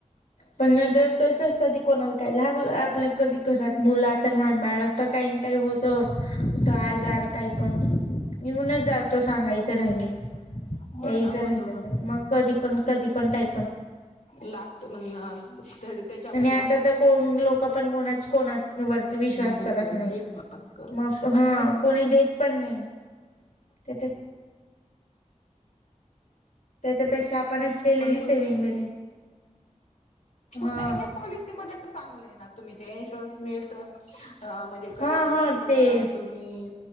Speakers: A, on the left; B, on the left.
A: पण तर. कस कधी कोणाला काय लागलं आपल्या कधी घरात मुलं आता लहान बाळ असत काही काही होत अस आजार काही पण, येऊनच जातो सांगायचं राहिलं.
B: हो
A: याच
B: ना हो
A: राहिलं
B: ना हो ना
A: तर मग कधी पण कधी पण काय.
B: लागतो म्हण त्याच्यामध्ये
A: आणि आता तर कोण लोक पण कोण कोणाच्या वरती विश्वास
B: मदत
A: करत नाही
B: विश्वास कर
A: मग हा
B: आणि
A: कोणी देत- पण् नाही तिथ. त्याच्यापेक्षा. आपणच केलेली
B: पण भर
A: सेविंग बरी. हा
B: नाही हे पॉलिसी मध्ये पण चांगलं आहे ना तुम्ही ते इन्शुरन्स- मिळत तर अ म्हणजे कधी
A: हा
B: आजारी
A: हा
B: पडलात
A: ते
B: तुम्ही